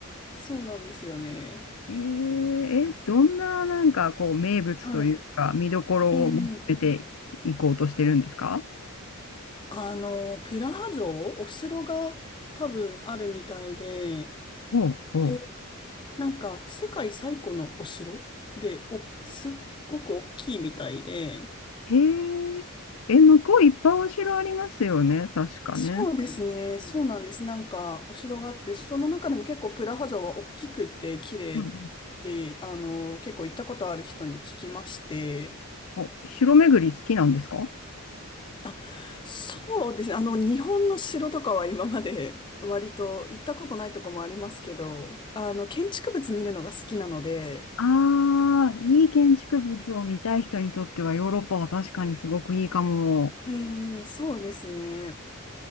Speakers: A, on the left; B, on the left.
A: そうなんですよね。
B: えーえ、どんななんかこう名物というか見どころを求めていこうとしてるんですか
A: はい。ええあの、プラハ城、お城が多分あるみたいで、
B: おうお
A: で、なんか世界最古のお城で、お、すっごく大きいみたいで、
B: へえ。え、向こういっぱいお城ありますよね。確かね。
A: そうですね、そうなんです。なんかお城があって、その中でも結構プラハ城は大きくて綺麗で、
B: うん。
A: あの、結構行ったことある人に聞きまして、
B: お、城巡り好きなんですか
A: あ、そうですね。あの、日本の城とかは今まで割と行ったことないとこもありますけど、あの、建築物見るのが好きなので、
B: ああー、いい建築物を見たい人にとってはヨーロッパは確かにすごくいいかも。
A: えー、そうですね。